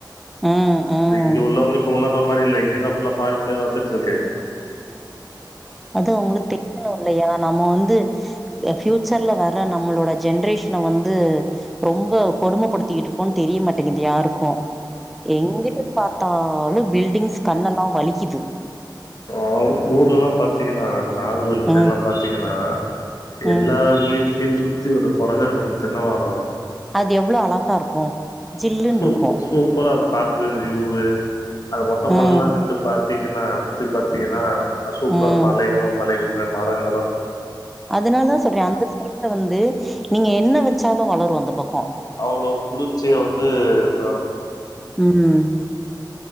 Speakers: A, in the centre; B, on the left (about 50°).
A: ம்
B: அது
A: ம்
B: இங்க உள்ளவங்க உணர்ற மாரி இல்ல இங்கதான் ஃபுல்லா ஃபாரின் மேரி வந்துட்டு இருக்கு
A: அது அவங்களுக்கு தெரியனும் இல்லையா நம்ம வந்து ஃபியூச்சர்ல வர்ற நம்மளோட ஜென்ரேஷன வந்து ரொம்ப கொடுமைப்படுத்திகிட்டு இருக்கோனு தெரிய மாட் ங்கிது யாருக்கோ எங்கிட்டு பாத்தாலு பில்டிங்ஸ் கண்ணெல்லா வலிக்குது
B: ஆ ஊர்லல்லா பாத்தீங்கன்னா நாக வெல்ல
A: ம்,
B: சைடுல்லா பாத்தீங்கன்னா
A: ம்.
B: எல்லா வீட்லியு சு சுத்தி ஒரு கொறஞ்ச ரெண்டுமூணு தென்னமரோ இருக்கு
A: அது எவ்ளோ அழகா இருக்கு. ஜில்லுன்ருக்கு.
B: சூ சூப்பரா பாத்து அந்த வியூவு. அது மொட்ட மாடிலல்லா
A: ம்,
B: நின்டு பாத் திங்கன்னா சுத்தி பாத்தீங்கன்னா அ சூப்பர்
A: ம்.
B: மலைகளு மலைக்கின்ற மரங்களு
A: அதுனாலதா சொல்றே அந்த சைய்டுல வந்து நீங்க என்ன வெச்சாலு வளரு அந்த பக்கோ
B: அவ்ளோ குளிர்ச்சிய வந்து தரு
A: ம் ம்